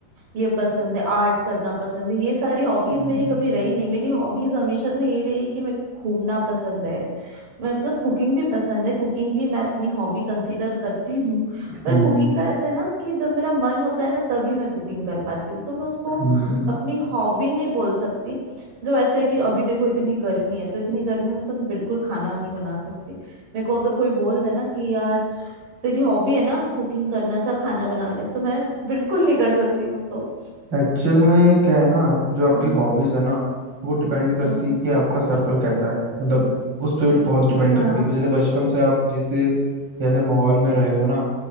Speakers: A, on the right (about 55°); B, on the right (about 35°).
A: ये पसंद है आर्ट करना पसंद है ये सारी हॉबीज
B: हम्म
A: मेरी कभी रही नहीं मेरी हॉबीज हमेशा से ये रही है कि मैं घूमना पसंद है मतलब कुकिंग भी पसंद है कुकिंग भी मैं अपनी हॉबी कंसीडर करती हूँ पर
B: हम्म
A: कुकिंग का ऐसा है ना कि जब मेरा मन होता है ना तभी मैं कुकिंग कर पाती हूँ तो मैं उसको
B: हम्म
A: अपनी हॉबी नहीं बोल सकती मतलब ऐसा है कि अभी देखो इतनी गर्मी है तो इतनी गर्मी में तो मैं बिल्कुल खाना नहीं बना सकती मेरे को अगर कोई बोल दे ना कि यार तेरी हॉबी है ना कुकिंग करना जा खाना बना ले तो मैं बिल्कुल नहीं कर सकती वो तो
B: एक्चुअल में क्या है ना जो आपकी
A: हाँ
B: हॉबीज है ना वो डिपेंड करती
A: हम्म हम्म
B: है कि आपका सर्कल कैसा है मतलब उस पर भी बहुत डिपेंड
A: हाँ
B: करती है जैसे बचपन से आप जिससे जैसे माहौल में रहे हो ना